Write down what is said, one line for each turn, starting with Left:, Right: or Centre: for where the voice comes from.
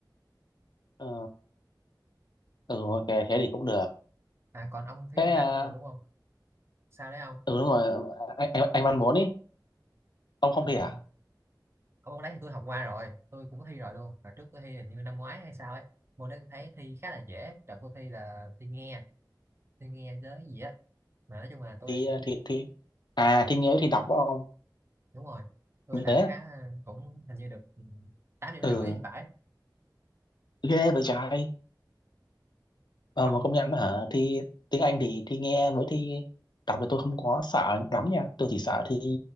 Left: Ờ, ừ ok thế thì cũng được
Right: à còn ông thi
Left: thế
Right: anh văn
Left: ờ,
Right: nữa được đúng không sao đấy ông
Left: ừ đúng rồi anh anh, anh văn muốn ý ông không
Right: à,
Left: thi à
Right: không rồi. Ông môn đấy thì tôi học qua rồi tôi cũng có thi rồi luôn và trước tôi thi hình như năm ngoái hay sao ấy môn đấy tôi thấy thi khá là dễ đợt tôi thi là thi nghe thi nghe với gì á mà nói chung là tôi
Left: thi ờ, thi thi à thi nếu thi đọc phải không
Right: đúng rồi tôi
Left: như
Right: làm
Left: thế
Right: khá cũng hình như được ừ, tám điểm
Left: ừ
Right: rưỡi thì phải
Left: ghê vậy trời ờ,
Right: ông
Left: mà công nhận hả thi tiếng Anh thì thi nghe với thi đọc thì tôi không có sợ lắm nha tôi chỉ sợ thi